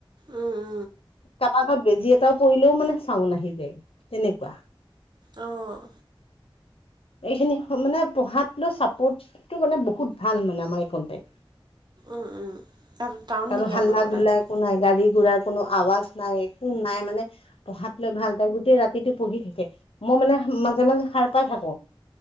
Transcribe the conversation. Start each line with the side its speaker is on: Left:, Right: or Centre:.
Right: উম-উম <unintelligible>
Left: কাৰোবাৰ ঘৰত বেজি এটাও পৰিলেও মানে চাউন আহি যায় তেনেকুৱা। <unintelligible>
Right: অঁ <inaudible>
Left: এইখিনি মানে পঢ়াতো চাপোৰ্ট <unintelligible> ত মানে বহুত ভাল মানে আমাৰ এই কনটে <unintelligible>
Right: উম-উম। তাত টাউন
Left: কাৰো
Right: নেকি
Left: হাল্লা
Right: আপোনালোকৰ
Left: গোল্লা
Right: তাত? <unintelligible>
Left: একো নাই গাড়ী, ঘোঁৰাৰ কোনো আৱাজ নাই, একো নাই মানে <unintelligible> পঢ়াত লৈ ভাল তাই। গোটেই ৰাতিটো পঢ়ি থাকে। মই মানে মাজে-মাজে সাৰ পাই থাকোঁ <unintelligible>